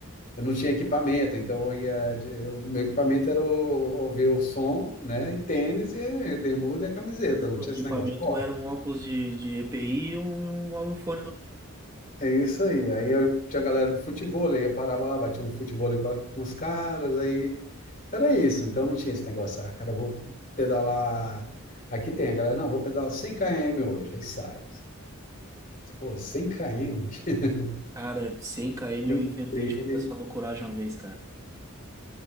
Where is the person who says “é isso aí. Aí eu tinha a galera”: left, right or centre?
Left